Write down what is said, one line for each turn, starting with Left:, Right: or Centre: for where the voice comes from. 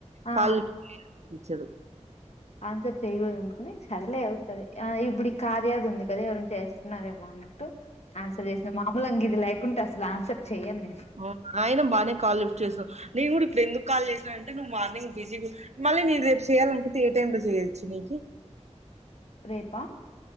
Left: ఆ
Right: కాలేజీదు
Left: ఆన్సర్ చేయూగుడదు అనుకుని సరలే ఏమవుతాది ఆ ఇప్పుడు కార్యాది ఉంది కదా ఎవరన్న చేస్తున్నారేమో అని ఆన్సర్ చేసిన మామూలు అంగి ఇలేకుంటే అసలు ఆన్సర్ చెయ్యను నేను
Right: అవునా ఆయిన బాగనే కాల్ లిఫ్ట్ చేసారు నీ కూడా ఇప్పుడు ఎందుకు కాల్ చేసానంటే నువ్వు మార్నింగ్ బిజీ మళ్ళీ నేను రేపు చేయాలనుకుంటే ఏ టైమ్ లో చేయొచ్చు నీకి
Left: లేద్